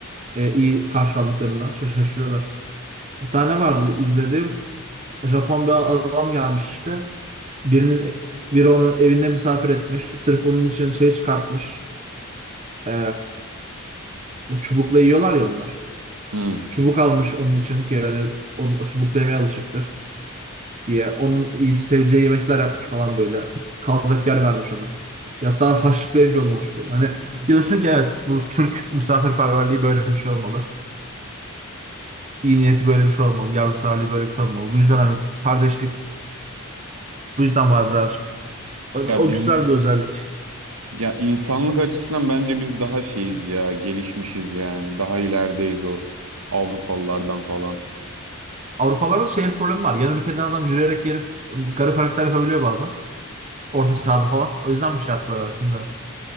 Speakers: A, on the right; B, on the right.
A: e, iyi karşılandıklarından çok şaşırıyorlar. Bir tane vardı izledim. Japon bir adam gelmiş işte. Birinin biri onu evinde misafir etmiş. Sırf onun için şey çıkartmış. Ee, o çubukla yiyorlar ya onlar.
B: Hmm.
A: Çubuk almış onun için ki yani o, o çubukla yemeye alışıktır. diye. Onun iyi seveceği yemekler yapmış falan böyle. Kalacak yer vermiş ona. Ya Hatta harçlık verip yollamış böyle. Hani diyorsun ki evet bu Türk misafirperverliği böyle bir şey olmalı. İyi niyeti böyle bir şey olmalı. Yardımseverliği böyle bir şey olmalı. Bu yüzden hani kardeşlik bu yüzden var birazcık. Yani
B: Ya
A: o
B: biz
A: güzel bir özellik.
B: Ya insanlık açısından bence biz daha şeyiz ya, gelişmişiz yani. Daha ilerideyiz o Avrupalılardan falan.
A: Avrupalarda şey problemi var. Yan ülkeden adam yürüyerek gelip ıı, bu garip hareketler yapabiliyor bazen. Orta çağda falan. O yüzden mi şey yaptılar belki bilmiyorum.